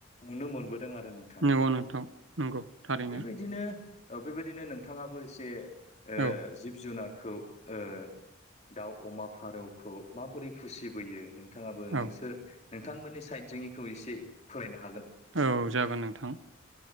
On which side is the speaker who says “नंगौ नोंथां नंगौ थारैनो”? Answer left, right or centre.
Right